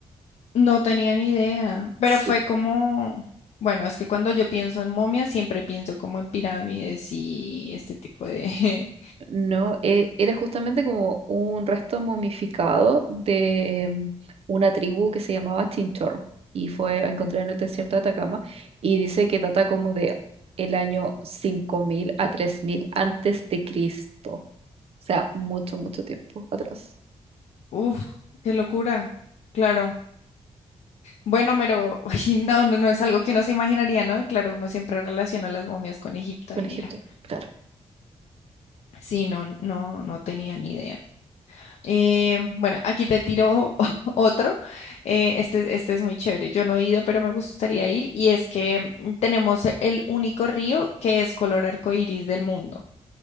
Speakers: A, on the left; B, on the right.
A: No tenía ni idea, pero
B: Sí.
A: fue como, bueno, es que cuando yo pienso en momias, siempre pienso como en pirámides y este tipo de...
B: No, eh, era justamente como un resto momificado de mm, una tribu que se llamaba Chinchorro y fue encontrada en el desierto de Atacama y dice que data como de el año 5000 a 3000 antes de Cristo. O sea, mucho, mucho tiempo atrás.
A: <laughs> Uf, qué locura, claro. Bueno, pero <laughs> ay, no, no, no es algo que uno se imaginaría, ¿no? Claro, uno siempre relaciona las momias con Egipto
B: Con
A: y
B: Egipto,
A: mira.
B: claro.
A: Sí, no, no, no tenía ni idea. Eh, bueno, aquí te tiro <laughs> otro. Eh, este, este es muy chévere. Yo no he ido, pero me gustaría ir. Y es que mm, tenemos el único río que es color arcoíris del mundo.